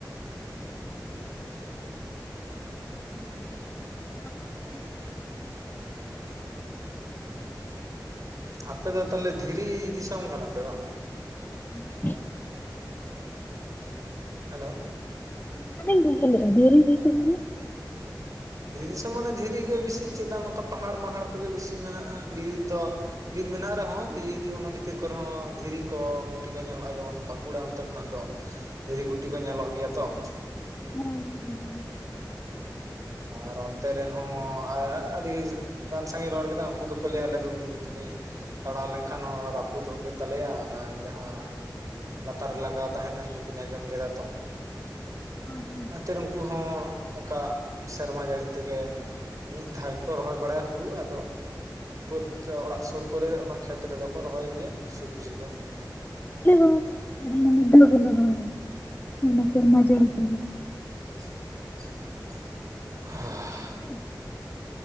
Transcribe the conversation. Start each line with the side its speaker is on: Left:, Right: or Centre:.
Right: <unintelligible>
Left: <inaudible>
Right: ᱟᱯᱮ ᱫᱚ ᱛᱟᱦᱚᱞᱮ ᱫᱷᱤᱨᱤ ᱫᱤᱥᱚᱢ ᱠᱟᱱᱟᱯᱮ ᱵᱟᱝ?
Left: <unintelligible>
Right: ᱦᱮᱞᱳ᱾
Left: ᱵᱟᱧ ᱵᱩᱡᱷᱟᱣ ᱞᱮᱟ ᱫᱷᱤᱨᱤ ᱫᱤᱥᱚᱢ ᱢᱟᱱᱮ?
Right: ᱫᱷᱤᱨᱤ ᱫᱤᱥᱚᱢ ᱫᱷᱤᱨᱤ ᱜᱮ ᱵᱮᱥᱤ ᱪᱮᱫᱟᱜ ᱱᱚᱝᱠᱟ ᱯᱟᱦᱟᱲ ᱢᱟᱦᱟᱲ ᱠᱚᱜᱮ ᱵᱮᱥᱤ ᱢᱮᱱᱟᱜᱼᱟ, ᱵᱤᱨ ᱫᱚ ᱵᱤᱨ ᱢᱮᱱᱟᱜ ᱨᱮᱦᱚᱸ ᱵᱤᱨ ᱚᱱᱟ ᱵᱷᱤᱛᱤᱨ ᱠᱚᱨᱮ ᱦᱚᱸᱚᱸ ᱫᱷᱤᱨᱤ ᱠᱚ ᱜᱩᱴᱤ ᱠᱚ ᱧᱮᱞᱚᱜᱼᱟ, ᱡᱮᱢᱚᱱ ᱵᱟᱸᱠᱩᱲᱟ ᱚᱱᱛᱮ ᱠᱷᱚᱱᱟᱜ ᱫᱚ ᱫᱷᱤᱨᱤ ᱜᱩᱴᱤ ᱠᱚ ᱧᱮᱞᱚᱜ ᱜᱮᱭᱟ ᱛᱚ ᱾
Left: <unintelligible>
Right: ᱟᱨ ᱚᱱᱛᱮ ᱨᱮᱱ ᱦᱚᱸ <unintelligible> ᱜᱟᱱ ᱥᱟᱸᱜᱤᱧ ᱨᱚᱲ ᱠᱮᱫᱟ ᱩᱱᱠᱩ ᱫᱚ ᱠᱚ ᱞᱟᱹᱭᱟ ᱟᱞᱮ ᱫᱚ ᱢᱤᱱᱤ ᱴᱤᱱᱤ ᱛᱟᱲᱟᱣ ᱞᱮᱱᱠᱷᱟᱱ ᱦᱚᱸ ᱨᱟᱹᱯᱩᱫᱚᱜ ᱜᱮᱛᱟ ᱞᱮᱭᱟ ᱚᱱᱟ ᱡᱟᱦᱟᱸ ᱞᱟᱛᱟᱨ ᱨᱮ ᱞᱟᱜᱟᱣ ᱛᱟᱦᱮᱱᱟ ᱤᱱᱟᱹ ᱠᱚᱧ ᱟᱸᱡᱚᱢ ᱠᱮᱫᱟ ᱛᱚ
Left: ᱦᱳᱭ
Right: <unintelligible> ᱱᱩᱠᱩ ᱦᱚᱸ ᱚᱱᱠᱟ ᱥᱮᱨᱢᱟ ᱡᱟᱹᱲᱤ ᱛᱮᱜᱮ ᱢᱤᱫ ᱫᱷᱟᱣ ᱜᱮᱠᱚ ᱨᱚᱦᱚᱭ ᱵᱟᱲᱟᱭᱟ ᱦᱩᱲᱩ, ᱟᱫᱚ ᱵᱟᱹᱫᱽ ᱫᱚ ᱚᱲᱟᱜ ᱥᱩᱨ ᱠᱚᱨᱮ ᱚᱱᱟ ᱠᱷᱮᱛ ᱨᱮᱫᱚ ᱠᱚ ᱨᱚᱦᱚᱭ ᱜᱮᱭᱟ ᱥᱚᱵᱡᱤ ᱠᱚ᱾
Left: ᱟᱞᱮ ᱦᱚᱸ ᱥᱮᱨᱢᱟ ᱢᱤᱫ ᱫᱷᱟᱣ ᱨᱮᱜᱮᱞᱮ ᱨᱚᱦᱚᱭᱟ ᱚᱱᱟ ᱥᱮᱨᱢᱟ
Right: ᱦᱩᱸ
Left: ᱡᱟᱲᱤ ᱛᱮᱜᱮ
Right: <inaudible>
Left: <unintelligible>